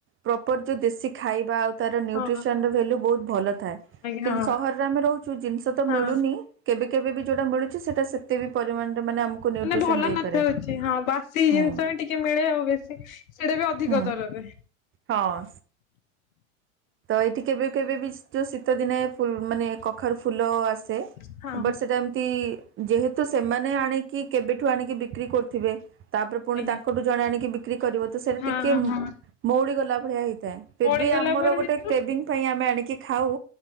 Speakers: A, on the right (about 30°); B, on the left (about 80°).
A: ପ୍ରପର ଯୋଉ ଦେଶୀ ଖାଇବା ଆ ତାର ନ୍ୟୁଟ୍ରିସନ
B: ହଁ
A: ର ଭାଲ୍ୟୁ ବହୁତ ଭଲ ଥାଏ
B: ଆଜ୍ଞା
A: କିନ୍ତୁ
B: ହଁ
A: ସହରରେ ଆମେ ରହୁଛୁ ଜିନିଷ ତ
B: ହଁ
A: ମିଳୁନି କେବେ କେବେ ବି ଯୋଉଟା ମିଳୁ ସେଟା ସେତେ ବି ପରିମାଣରେ ମାନେ ଆମକୁ ନ୍ୟୁଟ୍ରିସନ
B: ଭଲ
A: ଦେଇପାରେନି।
B: ନଥାଉଛି ହଁ ବାସି
A: ହୁଁ
B: ଜିନିଷ ବି ଟିକେ ମିଳେ ଆଉ ବେଶୀ ସେଇଟା ବି ଅଧିକ
A: ହୁଁ
B: ଦରରେ।
A: ହଁ। ତ ଏଇଠି କେବେ କେବେ ବି ଯଉ ଶୀତ ଦିନେ ମାନେ କଖାରୁ ଫୁଲ ଆସେ।
B: ହଁ
A: ବଟ ସେଟା ଏମିତି ଯେହେତୁ ସେମାନେ ଆଣିକି କେବେଠୁ ଆଣିକି ବିକ୍ରି କରୁଥିବେ। ତାପରେ ପୁଣି
B: ଆଜ୍ଞା
A: ତାଙ୍କଠୁ ଜଣେ ଆଣିକି ବିକ୍ରି କରିବ ତ ସେଇଟା
B: ହଁ
A: ଟିକେ
B: ହଁ
A: ମଉଡ଼ି ଗଲା ଭଳିଆ ହେଇଥାଏ ଫିର୍
B: ମଳିଗଲା
A: ବି ଆମର
B: ପରେ
A: ଗୋଟେ
B: ହେଇଥିବ
A: <unintelligible> ଆମେ ଆଣିକି ଖାଉ